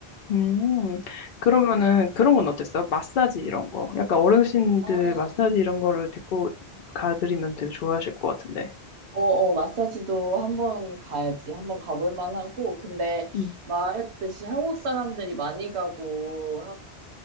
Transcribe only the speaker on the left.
음, 그러면은
그런 건 어땠어요? 마사지 이런 거. 약간 어르신들
마사지 이런 거를 데리고 가드리면 되게 좋아하실 것 같은데.
음,